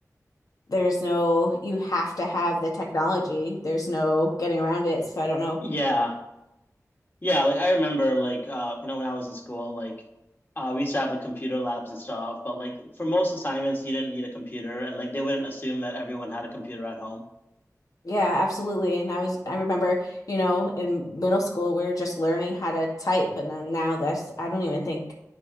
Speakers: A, on the left; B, on the left.
A: There's no, you have to have the technology. There's no getting around it. So I don't know.
B: Yeah, yeah. Like I remember, like uh, you know, when I was in school, like uh, we used to have the computer labs and stuff, but like for most assignments, you didn't need a computer, and like they wouldn't assume that everyone had a computer at home.
A: Yeah, absolutely. And I was, I remember, you know, in middle school, we were just learning how to type. And then now that's, I don't even think,